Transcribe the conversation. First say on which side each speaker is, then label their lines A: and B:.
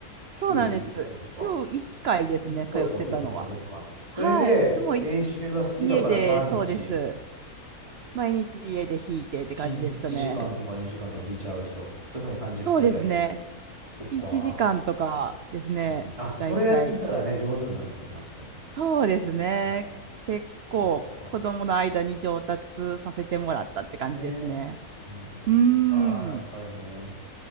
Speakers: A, on the right; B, on the right.
A: そうなんです。
B: 週1回とか
A: 週1回ですね、
B: ?1 回かいか、
A: 通ってたのは。
B: そうか、そうか、そうか。
A: はい。
B: それで、
A: でも、い
B: 練習は好きだから毎日
A: 家で、そうです。毎日家で弾いてって感じでしたね。
B: 1、一日一時間とか2時間とか引いちゃう人、それとも30分ぐらいで。
A: そうですね。
B: そっか、
A: 1時間とかですね、
B: うん。あ、それやってたらね、
A: だいたい。
B: 上手になるね、間違いなく。
A: そうですね。
B: ね。
A: 結構、
B: そっか。
A: 子供の間に上達させてもらったって感じですね。
B: ねうん、そっか、
A: うーん。
B: やっぱりね。